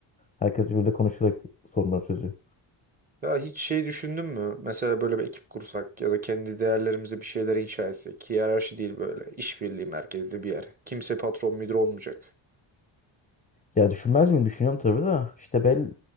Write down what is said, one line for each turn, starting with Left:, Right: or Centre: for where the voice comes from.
Left: Herkes birbiriyle konuşarak sorunları çözüyor.
Right: Ya hiç şey düşündün mü? Mesela böyle bir ekip kursak ya da kendi değerlerimize bir şeyler inşa etsek. Hiyerarşi değil böyle. İşbirliği merkezli bir yer. Kimse patron müdür olmayacak.
Left: Ya düşünmez miyim? Düşünüyorum tabii de. İşte bel,